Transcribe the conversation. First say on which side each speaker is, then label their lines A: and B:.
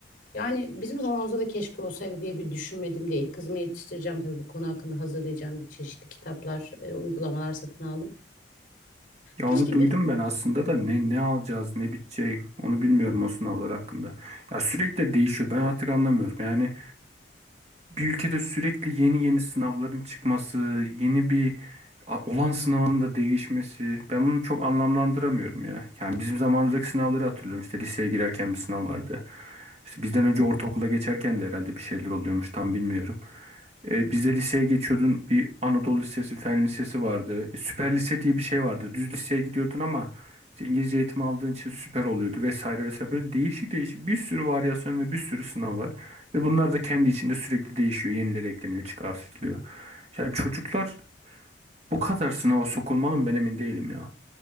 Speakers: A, on the left (about 50°); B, on the right (about 35°).
A: Yani bizim zamanımızda da keşke olsaydı diye bir düşünmedim değil. Kızımı yetiştireceğim tabii bu konu hakkında hazırlayacağım bir çeşitli kitaplar, e, uygulamalar satın aldım.
B: Ya
A: Keşke
B: onu duydum
A: bi-
B: ben aslında da ne ne alacağız ne bitecek onu bilmiyorum o sınavlar hakkında. Ya sürekli değişiyor ben artık anlamıyorum. Yani bir ülkede sürekli yeni yeni sınavların çıkması, yeni bir a- olan sınavın da değişmesi ben bunu çok anlamlandıramıyorum ya. Yani bizim zamanımızdaki sınavları hatırlıyorum. İşte liseye girerken bir sınav vardı. İşte bizden önce ortaokula geçerken de herhalde bir şeyler oluyormuş tam bilmiyorum. E, biz de liseye geçiyordun bir Anadolu Lisesi, Fen Lisesi vardı. E, süper lise diye bir şey vardı. Düz liseye gidiyordun ama işte İngilizce eğitimi aldığın için süper oluyordu vesaire vesaire. Böyle değişik değişik bir sürü varyasyon ve bir sürü sınav var. Ve bunlar da kendi içinde sürekli değişiyor, yenileri ekleniyor, çıkartılıyor. Yani çocuklar bu kadar sınava sokulmalı mı ben emin değilim ya.